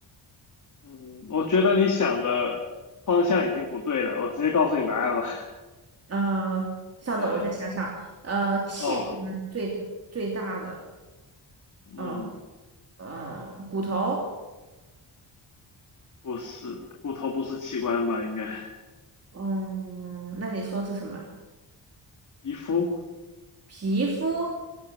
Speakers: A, on the left (about 40°); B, on the right (about 35°).
A: 嗯，我觉得你想的方向已经不对了，我直接告诉你答案吧。<laughs>
B: 呃，稍等，
A: 嗯，
B: 我再想想，呃，器官最最大的，
A: 哦，嗯，
B: 嗯、呃、嗯、骨头，
A: 不是，骨头不是器官吧？应该。
B: 嗯，那你说是什么？
A: 皮肤，
B: 皮肤？